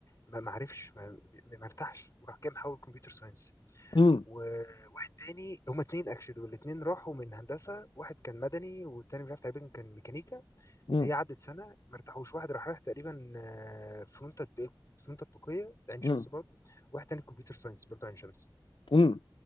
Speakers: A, on the left; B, on the left.
A: ما ما عرفش ما ما- ما ارتاحش وراح جاي محول كمبيوتر ساينس
B: امم
A: وواحد تاني هما اتنين اكشلي والاتنين راحوا من هندسه واحد كان مدني والتاني مش عارف تقريبا كان ميكانيكا
B: امم
A: هي عدت سنه ما ارتاحوش واحد راح رايح تقريبا آه، فنون تطبيق فنون تطبيقيه عين
B: امم
A: شمس برضه واحد تاني كمبيوتر ساينس برضه عين شمس
B: امم